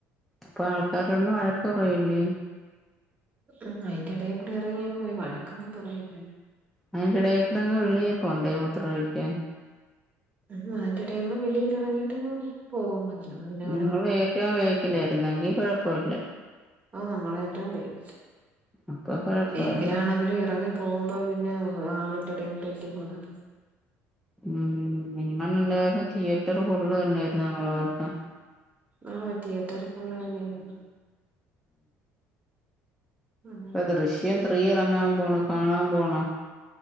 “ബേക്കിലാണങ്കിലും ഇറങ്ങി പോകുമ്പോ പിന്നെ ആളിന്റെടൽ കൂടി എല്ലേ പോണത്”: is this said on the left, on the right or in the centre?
Right